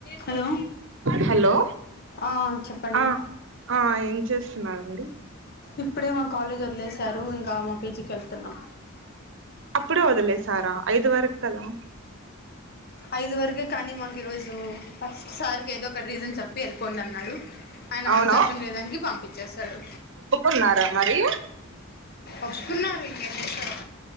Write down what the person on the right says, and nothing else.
hello
ఆ ఆ ఏం చేస్తున్నారు అండి
అప్పుడ వదులే సారా ఐదు వరకు కదా
అవునా
ఉన్నారా మరి